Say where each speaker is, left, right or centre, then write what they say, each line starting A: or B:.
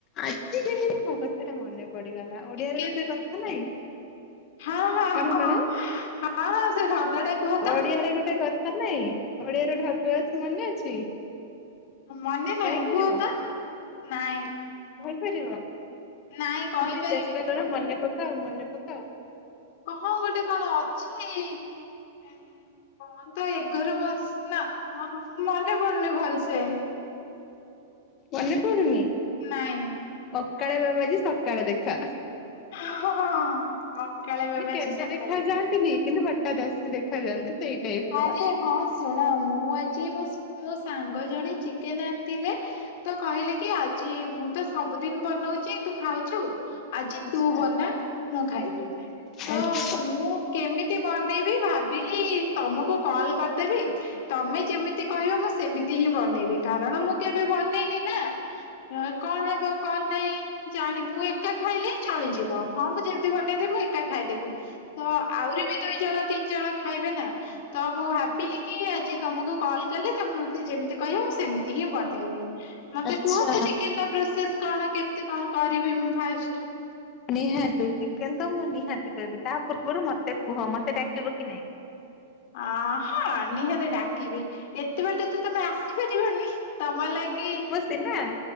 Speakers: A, on the left; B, on the left.
A: ଆଜି କେମିତି ମୋ କ ଥା ମନେ ପଡିଗଲା ଓଡିଆରେ
B: ଚିକେନ
A: ଗୋଟେ କଥା ନାଇଁ
B: ହଁ ହଁ।
A: କଣ
B: ହଁ
A: କଣ?
B: ହଁ ହ ସେ ଢଗଟା କୁହ ତ
A: ଓଡିଆରେ ଗୋଟେ କଥା ନାଇଁ, ଓଡିଆରେ ଢଗ ଅଛି ମନେ ଅଛି?
B: ମନେ ନାଇ
A: କହିପାରିବ?
B: କୁହ ତ ନାଇଁ।
A: କହିପାରିବ ଟିକେ
B: ନାଇଁ କହିପାରିବିନି
A: ଚେଷ୍ଟା କର ମନେ ପକାଅ ମନେ ପକାଅ।
B: କହଁ ଗୋଟେ କଣ ଅଛି-ଇ-ଇ-ଇ କଣ ତ ଏ ଘର ମାଉସ ନା ଅ ମନେ ପଡ଼ୁନି ଭଲସେ।
A: ମନ୍ୟ ପଡ଼ୁନି?
B: ନାଇଁ
A: ଅକାଳେ ବାବୁ ଆଜି ସକାଳେ ଦେଖା।
B: ହଁ-ହ-ହ ହଁ। ସକାଳେ ବାବାଜୀ
A: ଏତି କେବେ
B: ସକାଳେ
A: ଦେଖା
B: ଅଛି।
A: ଯାଆନ୍ତିନି କିନ୍ତୁ ହଠାତ ଆସିକି ଦେଖା ଯାଆନ୍ତି। ସେଇ ଟାଇପ ର।
B: ଆରେ ହଁ ଶୁଣ ମୁଁ ଆଜି ମୋ ସ ମୋ ସାଙ୍ଗ ଜଣେ ଚିକେନ ଆଣିଥିଲେ ତ କହିଲେ କି ଆଜି-ଇ-ଇ ମୁଁ ତ ସବୁଦିନ ବନଉଛି ତୁ ଖାଉଛୁ ଆଜି
A: ଆଚ୍ଛା।
B: ତୁ ବନା ମୁଁ ଖାଇବି, ତ
A: ଆଚ୍ଛା।
B: ମୁଁ କେମିତି ବନେଇବି ଭାବ୍ ବିଲି-ଇ-ଇ ତମକୁ କଲ କରିଦେବି ତମେ ଯେମିତି କହିବ ମୁଁ ସେମିତି ହିଁ ବନେଇବି କାରଣ ମୁଁ କେବେ ବନେଇନି ନା ହଁ କଣ ହେବ କଣ ନାହିଁ ଜାଣି ମୁଁ ଏକା ଖାଇଲେ ଚଳିଯିବ ହଁ ମୁଁ ଯେମିତି ବନେଇଦେବି ମୁଁ ଏକା ଖାଇଦେବି। ତ ଆହୁରି ବି ଦୁଇ ଜଣ ତିନି ଜଣ ଖାଇବେ ନା। ତ ମୁଁ ଭାବିଲି କି ଆଜି ତମକୁ କଲ କଲେ ତମେ ମତେ ଯେମିତି କହିବ ମୁଁ ସେମିତି ହିଁ ବନେଇବି। ମତେ
A: ଆଚ୍ଛା।
B: କୁହତ ଚିକେନ ର ପ୍ରୋସେସ କଣ କେମିତି କଣ କରିବି ମୁଁ ଫାଷ୍ଟ?
A: ନିହାତି ଚିକେନ ତ ମୁଁ ନିହାତି କହିବି, ତା ପୂର୍ବରୁ ମତେ କୁହ ମତେ ଡାକିବ କି ନାଇଁ?
B: ଅ-ଅ-ଅ ହଁ ନିହାତି ଡାକିବି ଏତେ ବାଟ ତ ତମେ ଆସ ସି ପାରିବନି ତମର ଲାଗି
A: ଟିନା-ଆ-ଆ